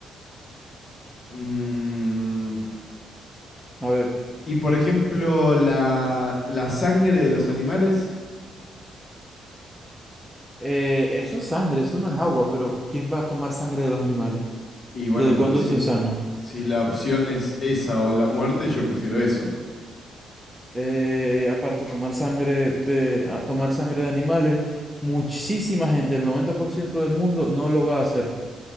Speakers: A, on the left; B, in the centre.
A: Mm,
B: A ver,
A: Y por ejemplo, la, la sangre de los animales.
B: eh, eso es sangre, eso no es agua, pero ¿quién va a tomar sangre de los animales?
A: Y bueno,
B: ¿Desde cuándo
A: pero si,
B: eso es sano?
A: si la opción es esa o la muerte, yo prefiero eso.
B: Eh, aparte, tomar sangre de, a tomar sangre de animales, muchísima gente, el 90% del mundo no lo va a hacer.